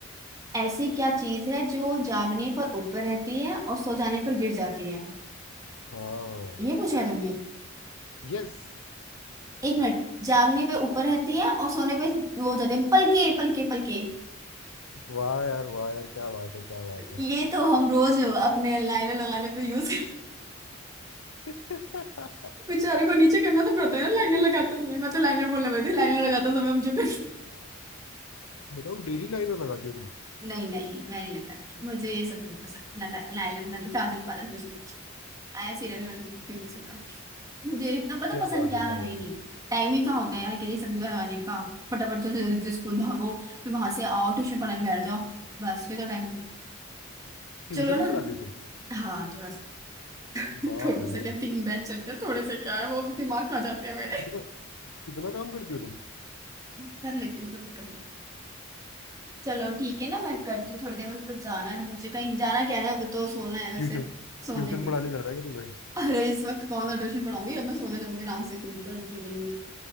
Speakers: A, on the right (about 15°); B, on the left (about 85°).
A: क्या ऐसी क्या चीज है जो जागने पर ऊपर रहती है और सो जाने पर गिर जाती है
B: हाँ
A: ये पूछा है तुमने
B: यस
A: एक मिनट जागने पे ऊपर रहती है और सोने पे वो हो जाते हैं पलके पलके पलके
B: वाह यार वाह यार क्या बात है क्या बात
A: ये तो हम रोज अपने लाइनर लगाने पे यूज करते हैं।
B: है <laughs>
A: बेचारों <laughs> को नीचे करना तो पड़ता है ना लाइनर लगाते समय मैं तो लाइनर बोलने वाली थी लाइनर लगाते समय मुझे फिर
B: बताओ डेली लाइनर लगाती हो तुम
A: <laughs> नहीं नहीं मैं नहीं लगाती मुझे ये सब नहीं पसंद ना लाइनर ना काजल पाजल कुछ नहीं आया सीरियल वाले क्यों पसंद हो मुझे एकदम पता
B: क्या
A: पसंद
B: बात
A: क्या
B: है क्या
A: है
B: बात
A: ही नहीं
B: है
A: टाइम ही कहाँ होता है यार के लिए सब लगाने का फटाफट तो जल्दी से स्कूल भागो फिर वहां से आओ ट्यूशन पढ़ाने बैठ जाओ बस फिर तो टाइम निकल गया
B: ट्यूशन
A: चलो ना
B: भी पढ़ाती हो तुम
A: हाँ थोड़ा सा <laughs>
B: बाप
A: थोड़ा सा
B: रे
A: क्या तीन बैच चलते हैं थोड़े से क्या है वो भी दिमाग खा जाते हैं मेरे
B: कितना कितना काम करती हो तुम
A: कर लेती हूँ कभी कभी <laughs> चलो ठीक है ना मैं करती हूँ थोड़ी देर में तो बस जाना है मुझे कहीं जाना क्या है अब तो सोना है वैसे
B: ट्यूशन
A: सोने
B: ट्यूशन
A: के
B: पढ़ाने जाना है क्या तुम्हें
A: अरे इस वक्त कौन सा ट्यूशन पढ़ाऊंगी अब मैं सोने जाऊंगी आराम से कुछ पढ़ूंगी नहीं